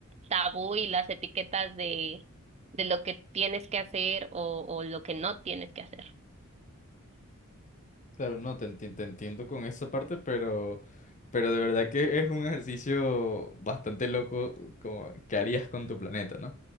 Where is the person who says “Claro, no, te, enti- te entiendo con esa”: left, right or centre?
Left